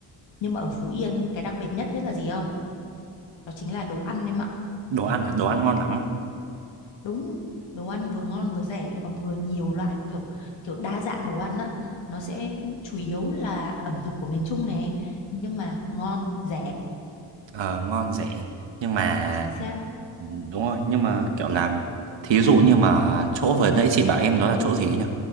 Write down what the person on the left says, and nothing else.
nhưng mà ở Phú Yên cái đặc biệt nhất biết là gì không đó chính là đồ ăn em ạ
đúng đồ ăn vừa ngon vừa rẻ lại còn vừa nhiều loại kiểu kiểu đa dạng đồ ăn á nó sẽ chủ yếu là ẩm thực của miền Trung này nhưng mà ngon rẻ
chính xác